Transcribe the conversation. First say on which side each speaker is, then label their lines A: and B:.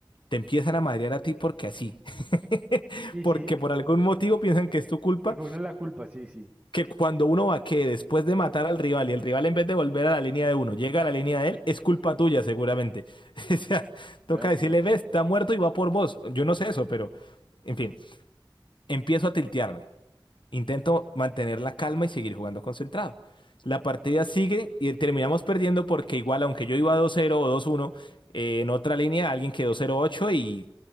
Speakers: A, on the left (about 70°); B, on the right (about 20°).
A: te empiezan a madrear a ti porque así, <laughs>
B: Y
A: porque
B: sí,
A: por algún motivo piensan que es tu culpa,
B: reconoce la culpa, sí, sí.
A: que cuando uno va que después de matar al rival y el rival en vez de volver a la línea de uno, llega a la línea de él, es culpa tuya seguramente. <laughs> O sea,
B: Yo
A: toca
B: la entiendo.
A: decirle, ves, está muerto y va por vos. Yo no sé eso, pero, en fin, empiezo a tiltearme. Intento mantener la calma y seguir jugando concentrado. La partida sigue y terminamos perdiendo porque igual, aunque yo iba 2-0 o 2-1, eh, en otra línea alguien quedó 0-8 y